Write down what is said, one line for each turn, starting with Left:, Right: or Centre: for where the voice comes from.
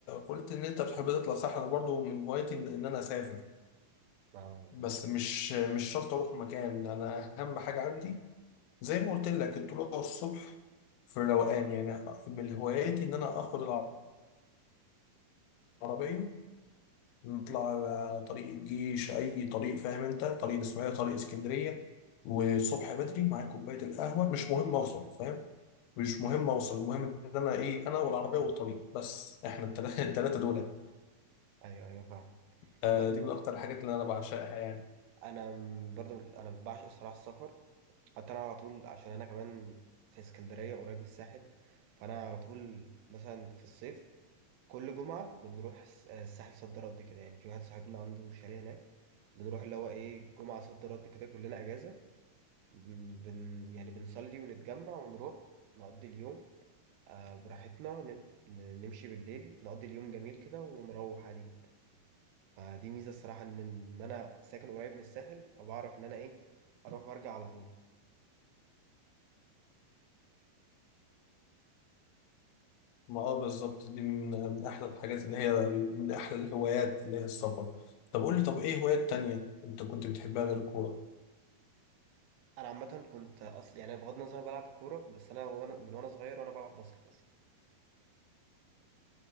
Left: قلت ان انت بتحب تطلع صح انا برضو من هوايتي ان إن انا اسافر
Right: أه
Left: بس مش مش شرط اروح مكان انا اهم حاجه عندي زي ما قلت لك الطلوع الصبح في الروقان يعني من هواياتي ان انا اخد العربيه نطلع على طريق الجيش اي طريق فاهم انت طريق الاسماعيليه طريق اسكندريه والصبح بدري معايا كوبايه القهوه مش مهم اوصل فاهم مش مهم اوصل المهم ان انا ايه انا والعربيه والطريق بس احنا التلا- <laughs> التلاته دول
Right: أيوه أيوه فاهم
Left: آه
Right: بس
Left: دي من اكتر الحاجات اللي انا بعشقها يعني
Right: أنا م- برضه من- أنا بعشق الصراحة السفر حتى أنا على طول عشان أنا كمان في اسكندرية قريب من الساحل فأنا على طول مثلا في الصيف كل جمعة بنروح الس- آه، الساحل صد رد كده يعني في واحد صاحبنا عنده شاليه هناك بنروح اللي هو ايه جمعة صد رد كده كلنا أجازة بن بن- يعني بنصلي ونتجمع ونروح نقضي اليوم آه براحتنا ن- ن- نمشي بالليل نقضي اليوم جميل كده ونروح عادي جدا فدي ميزة الصراحة إن إن أنا ساكن قريب من الساحل فبعرف إن أنا ايه أروح وأرجع على طول
Left: ما اه بالظبط دي من من احلى الحاجات اللي هي من احلى الهوايات اللي هي السفر طب قول لي طب ايه هوايات تانية انت كنت بتحبها غير الكورة
Right: أنا عامة كنت أصل يعني بغض النظر أنا بلعب كورة بس أنا وأنا من وأنا صغير وأنا بلعب باسكت أصلا